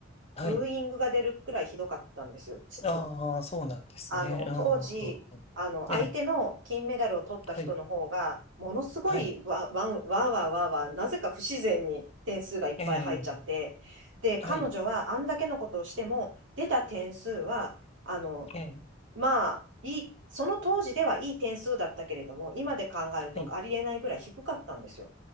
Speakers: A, on the left; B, on the right.
A: はい、
B: ブーイングが出るくらいひどかったんですよ、実は。
A: ああ、そうなんですね、
B: あの、
A: うん、
B: 当時、
A: うんうんええ、
B: あの、相手の金メダルを取った人の方が、
A: はい、
B: ものすごいわ、
A: はい、
B: わん、わーわーわーわー、なぜか不自然に点数がいっぱい入っちゃって、
A: ええ、
B: で、彼女はあんだけのことをしても、
A: はい、
B: 出た点数は、あの、
A: ええ、
B: まあ、いい、その当時ではいい点数だったけれども、今で考えるとありえないぐらい低かったんですよ。
A: はい